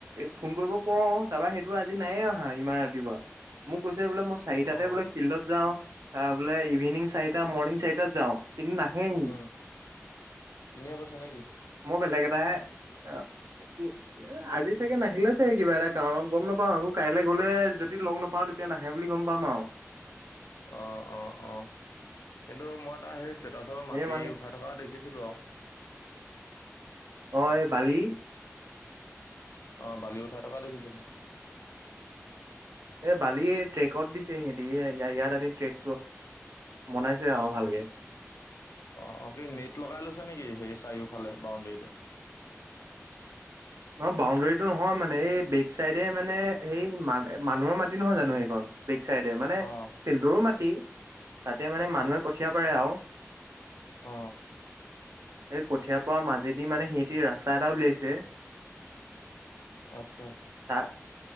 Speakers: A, on the right; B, on the left.
A: ফোন কৰিব অহঁ তাৰপৰা সেইটো আজি নায়ে আহা ইমান ৰাতিপুৱা, মোক কৈছ বোলে মই চাৰিটাতে
B: অ
A: বোলে ফিল্ডত যাওঁ, বোলে ইভিনিং চাৰিটা, মৰ্ণিং চাৰিটাত যাওঁ। কিন্তু নাহেই,
B: উম এনেই কৈছ নেকি
A: মই বেলেগ এটা অহঁ। এহ আজি চাগে নাহিলে চাগে কিবা এটা কাৰণত গম নাপাও আকৌ কাইলৈ গলে যদি লগ নাপাওঁ তেতিয়া নাহে বুলি গম পা পাম আওঁ।
B: অহঁ অহঁ অহঁ, কিন্তু মই এ তাৰ হেৰি ষ্টেটাচৰ মাটি
A: এই মানে
B: উঠাই থকা দেখিছিলো আৰু।
A: অ
B: সেইটো
A: এই বালি
B: বস্তু অহঁ, বালি উঠাই থকা দেখেছিলো।
A: এ' বালি ট্ৰেকত দিছে সিহতি ইয়া ইয়াত আনি ট্ৰেকটো বনাইছে আৰু ভালকে।
B: অ, অ' কি নেট লগাই লৈছে নেকি সেই চাৰিওফালে বাউণ্ডেৰীটো?
A: অ 'বাউণ্ডৰীটো নহয় মানে এই বেক চাইডে মানে সেই মান মানুহৰ মাটি নহয় জানো সেইখন। বেক চাইডে মানে
B: অ',
A: ফিল্ডৰো মাটি তাতে মানে মানুহে কঠিয়া পাৰে আৰু।
B: অ।
A: এই কঠিয়াৰ পৰা মাজেদি মানে সিহতি ৰাস্তা এটা উলিয়াইছে
B: আচ্ছা।
A: তাত সেই